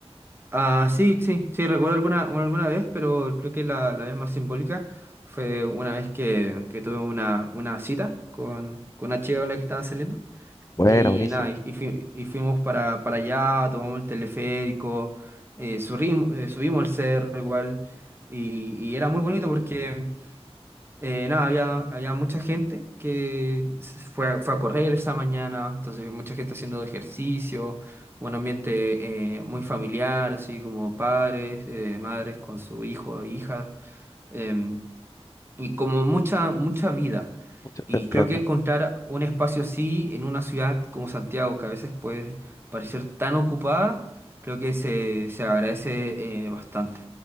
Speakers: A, on the right; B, on the left.
A: Ah, sí, sí, sí, recuerdo alguna, alguna vez, pero creo que la, la vez más simbólica fue una vez que, que tuve una, una cita con, con una chica con la que estaba saliendo.
B: Bueno,
A: Y
B: buenísimo.
A: nada, y, y fui- y fuimos para, para allá, tomamos el teleférico, eh, subimos, eh, subimos el cerro igual. Y, y era muy bonito porque eh, nada, había, había mucha gente que se fue, a- fue a correr esa mañana, entonces mucha gente haciendo ejercicio, un ambiente eh, muy familiar, así como padres, eh, madres con su hijo e hija, em, y como mucha, mucha vida.
B: Mucho-
A: Y
B: Te entiendo.
A: creo que encontrar un espacio así en una ciudad como Santiago, que a veces puede parecer tan ocupada, creo que se, se agradece eh, bastante.